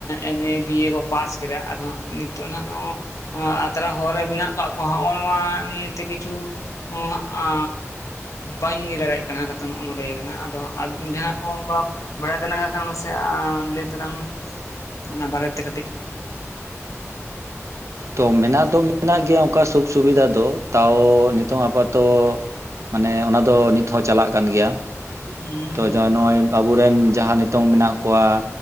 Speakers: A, on the left; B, on the right.
A: ᱮᱢ ᱮ ᱵᱤᱭᱮ ᱠᱚ ᱯᱟᱥ ᱠᱮᱫᱟ ᱟᱫᱚ ᱦᱜ ᱱᱤᱛᱚᱜ ᱱᱟᱟᱜ ᱱᱚᱼᱼ ᱟᱛᱨᱟ ᱦᱚᱨ ᱨᱮ ᱢᱮᱱᱟᱜ ᱠᱟᱜ ᱠᱚᱣᱟ ᱦᱚᱜᱼᱚ ᱱᱚᱣᱟ ᱱᱤᱭᱟᱹᱮᱛᱮ ᱠᱤᱪᱷᱩ ᱚᱝ ᱟ ᱵᱟᱹᱧ ᱤᱭᱟᱹ ᱫᱟᱲᱮᱭᱟᱜ ᱠᱟᱱᱟ ᱠᱟᱛᱷᱟ ᱱᱚᱜᱼᱚ ᱱᱸᱰᱮ ᱠᱟᱱᱟ ᱟᱫᱚ ᱡᱟᱦᱟᱸ ᱠᱚ ᱚᱱᱠᱟ ᱵᱟᱲᱟᱭ ᱛᱮᱱᱟᱜ ᱠᱟᱜ ᱠᱷᱟᱱ ᱢᱟᱥᱮ ᱞᱟᱹᱭ ᱛᱟᱞᱟᱝ ᱢᱮ ᱚᱱᱟ ᱵᱟᱨᱮᱛᱮ ᱠᱟᱹᱴᱤᱡ
B: ᱛᱚ ᱢᱮᱱᱟᱜ ᱫᱚ ᱢᱮᱱᱟᱜ ᱜᱮᱭᱟ ᱚᱱᱠᱟ ᱥᱩᱠ ᱥᱩᱵᱤᱫᱷᱟ ᱫᱚ ᱛᱟᱣ ᱱᱤᱛᱚᱝ ᱟᱯᱟᱛᱚ ᱢᱟᱱᱮ ᱚᱱᱟ ᱫᱚ ᱱᱤᱛ ᱦᱚᱸ ᱪᱟᱞᱟᱜ ᱠᱟᱱ ᱜᱮᱭᱟ
A: ᱦᱩᱸ
B: ᱛᱚᱡᱟ ᱱᱚᱜᱼᱚᱭ ᱟᱵᱚᱨᱮᱱ ᱡᱟᱦᱟᱸ ᱱᱤᱛᱚᱝ ᱢᱮᱱᱟᱜ ᱠᱚᱣᱟ